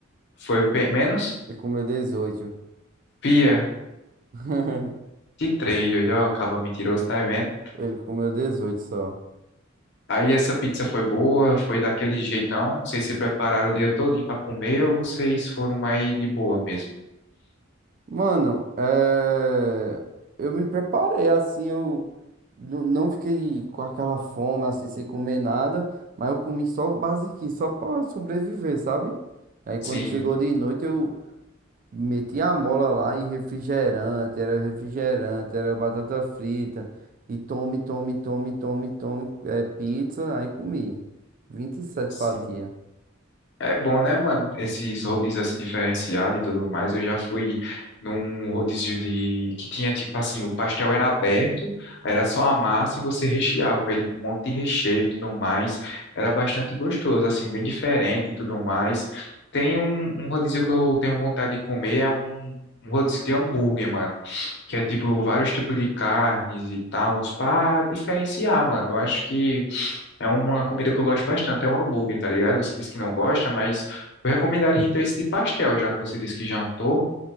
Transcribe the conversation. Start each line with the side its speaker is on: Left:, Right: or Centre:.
Left: foi pe- menos?
Right: Ele comeu 18
Left: Pia,
Right: <laughs>
Left: 23, doido, ó, acaba mentiroso, tá vendo?
Right: Ele comeu 18 só.
Left: Aí essa pizza foi boa, foi daquele jeitão. Vocês se prepararam o dia todo para comer ou vocês foram mais de boa mesmo?
Right: Mano, é... eu me preparei assim, eu n- não fiquei com aquela fome assim, sem comer nada, mas eu comi só o basiquinho, só pra sobreviver, sabe? Aí
Left: Sim,
Right: quando chegou de noite eu meti a mola lá e refrigerante, era refrigerante, era batata frita, e tome, tome, tome, tome, tome, é, pizza, aí comi 27
Left: sim.
Right: fatias.
Left: É bom, né, mano? Esses rodízios assim diferenciados e tudo mais. Eu já fui num rodízio de que tinha tipo assim, o pastel era aberto, era só a massa e você recheava ele com um monte de recheio e tudo mais. Era bastante gostoso, assim, bem diferente e tudo mais. Tem um, um rodízio que eu tenho vontade de comer, é um, um rodízio de hambúrguer, mano, que é tipo vários tipos de carnes e tal, pra diferenciar, mano. Eu acho que é uma comida que eu gosto bastante, é um hambúrguer, tá ligado? Você disse que não gosta, mas eu recomendaria então esse de pastel, já que você disse que jantou,